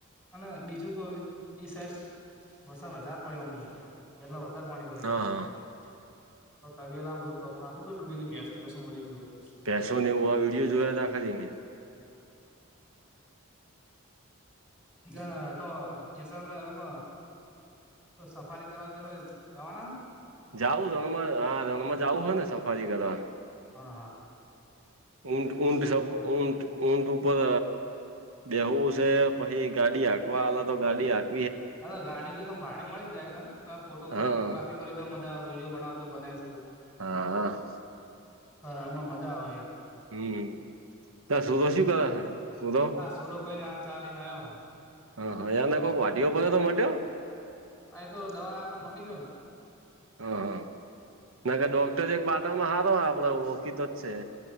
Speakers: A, in the centre; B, on the right.
A: અને બીજું કોઈ એ સાઈડ વરસાદ વધારે પડ્યો અમણે. એટલે વધારે પાણી ભરાઈ
B: હા
A: ગયું.
B: હા
A: તો તબીલામાં બધું ખાશું બો ડૂબી ગયુ, ભેંસ બેસ મરી ગયું હોય.
B: ભેંસો ને, એવુ આ વિડીયો જોયા હતા ખાલી મેં.
A: ના તો જેસલમેરમાં તો સફારી કરવા તમે જવાના હે.
B: જાવું રણમાં. હા, રણમાં જાવું હોય ને, સફારી કરવા.
A: હા હા
B: ઉટ ઉટ સબ ઉટ ઊટ ઉપર બેહવું છે, પછી ગાડી હાકવા આલે તો, ગાડી હાક
A: હવે ગાડી તો તમે ભાડે મળી જાય, તમે ફોટોગ્રાફી
B: હા
A: તો મજા આવે, વિડીયો બનાવો તો બનાવી શકો.
B: હા.
A: તો રણમાં મજા આવે યાર.
B: હમ, ત સુભ શું કરે હે? સુરો
A: હા, સુરો કોઈ ની હાલ ચાલીને, આવ્યો હ.
B: હા, હા, યાર ને, કોક વાટીઓ પડ્યો તો મટ્યો.
A: હ, એ તો દવા તો મટી ગયો ને.
B: હા, હા, ના કે ડોક્ટર જે એક પાટાનો હારો હે આપડે ઓળખીતો જ છે.